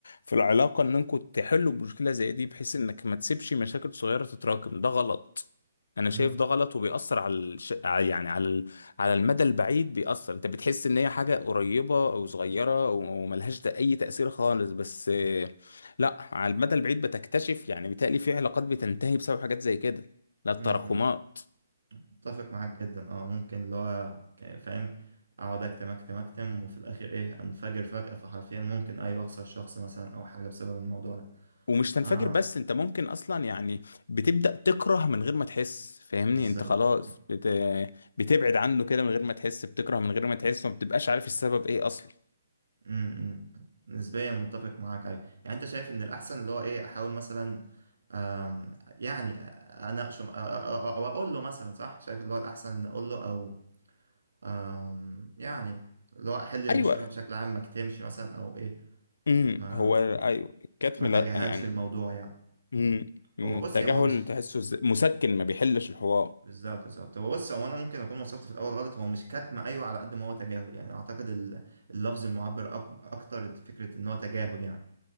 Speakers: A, on the left (about 70°); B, on the right (about 70°).
A: في العلاقه ان انكم تحلوا مشكله زي دي بحيث انك ما تسيبش مشاكل صغيره تتراكم ده غلط انا شايف
B: امم
A: ده غلط وبيأثر على الش... على- يعني على ال... على المدى البعيد بيأثر انت بتحس ان هي حاجة قريبة او صغيرة وملهاش اي تأثير خالص بس لا على المدى البعيد بتكتشف يعني بيتهيألي في علاقات بتنتهي بسبب حاجات زي كده لا التراكمات
B: امم متفق معاك جدا اه ممكن اللي هو ك- فاهم اقعد اكتم اكتم اكتم وفي الاخر ايه انفجر فجأة فحرفيا ممكن ايوه اخسر شخص مثلا او حاجة بسبب الموضوع ده
A: ومش تنفجر
B: اه
A: بس انت ممكن اصلا يعني بتبدأ تكره من غير ما تحس فاهمني
B: بالظبط
A: انت خلاص بت... بتبعد عنه كده من غير ما تحس بتكره من غير ما تحس وما بتبقاش عارف السبب ايه اصلا
B: امم امم. نسبيا متفق معاك ايوه يعني انت شايف ان الاحسن اللي هو ايه احاول مثلا آم، يعني اناقشه او أو- أو اقول له مثلا صح شايف اللي هو الاحسن ان اقول له او آم، يعني اللي هو احل المشكله
A: ايوه
B: بشكل عام ما اكتمش مثلا او ايه
A: امم
B: ما
A: هو ايوه الكتم
B: ما تجاهلش
A: لا يعني
B: الموضوع يعني
A: امم التجاهل
B: هو بص هو مش
A: تحسه ز- مسكن ما بيحلش الحوار
B: بالظبط بالظبط هو بص هو انا ممكن اكون وصفت في الاول غلط هو مش كتم ايوه على قد ما هو تجاهل يعني اعتقد ال- اللفظ المعبر أك- اكتر فكره ان هو تجاهل يعني